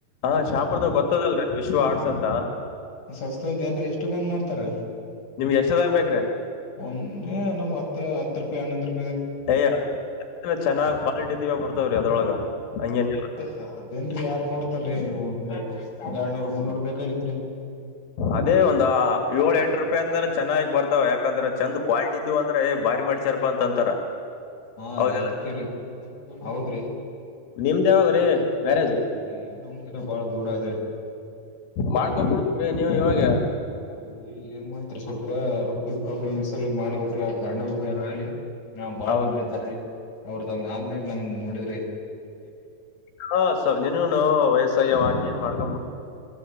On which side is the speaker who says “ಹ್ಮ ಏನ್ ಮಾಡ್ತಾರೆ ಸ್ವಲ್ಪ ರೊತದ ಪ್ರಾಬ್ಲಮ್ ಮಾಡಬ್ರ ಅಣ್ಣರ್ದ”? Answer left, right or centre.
Left